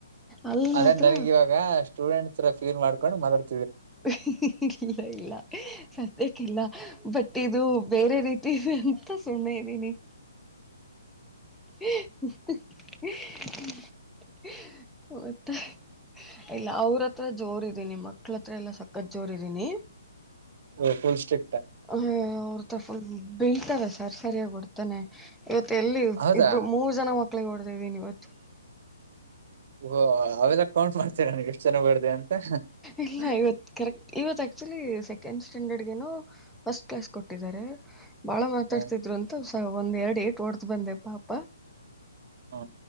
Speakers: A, in the centre; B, on the right.
A: ಅಲ್ಲಿ
B: ಅದ್ರೆ
A: ಮಾತ್ರ
B: ನನಿಗ್ ಇವಾಗ ಸ್ಟೂಡೆಂಟ್ ಸ್ರ ಫೀಲ್ ಮಾಡ್ಕೊಂಡು ಮತಾಡ್
A: <unintelligible> ಇಲ್ಲ ಇಲ್ಲ ಸತ್ಯಕ್ಕಿಲ್ಲ ಬಟ್ ಇದು ಬೇರೆ ರೀತಿನೆ ಅಂತ್ ತ್ತು ಸಮ್ನೆ ಇದಿನಿ. <unintelligible> ಒರ್ ಇಲ್ಲ ಅವ್ರ್ ಹತ್ರ ಜೋರ್ ಇದೀನಿ ಮಕ್ಳ ಹತ್ರ ಎಲ್ಲ ಸಕ್ಕತ್ ಜೋರ್ ಇದಿನಿ.
B: ಒಕೋಸ್ಟೆಕ್
A: ಹಯೋ ಅವ್ರ್ತ ಫುಲ್ ಬೆಳ್ತವೆ ಸರ್ ಸರಿಯಾಗ್ ಒಡ್ತಾನೆ ಇವತ್ತ್ ಎಲ್ಲಿ.
B: ಹೌದಾ
A: ಇಬ್ರ್ ಮೂರ್ ಜನ ಮಕ್ಳಿಗೆ ಹೊಡ್ದಿದೀನ್ ಇವತ್ತು.
B: ಓ ಅವೆಲ್ಲ ಕೌಂಟ್ ಮಾಡ್ತೇರ ನೀವ್ ಎಷ್ಟ್ ಚೆನ್ನ ಓಡ್ದೆ ಅಂತ.
A: ಇಲ್ಲ
B: <unintelligible>
A: ಇವತ್ ಕರೆಕ್ಟ್ ಇವತ್ ಆಕ್ಚುಲಿ ಸೆಕೆಂಡ್ ಸ್ಟ್ಯಾಂಡರ್ಡ್ಗೆನೋ ಫಸ್ಟ್ ಕ್ಲಾಸ್ ಕೊಟ್ಟಿದ್ದಾರೆ. ಬಾಳ ಮಾತಾಡ್ತಿದ್ರು
B: ಹಾ
A: ಅಂತುಸ ಒಂದ್ ಎರಡ್ ಏಟ್ ಹೊಡ್ದು ಬಂದೆ ಪಾಪ.
B: ಹಾ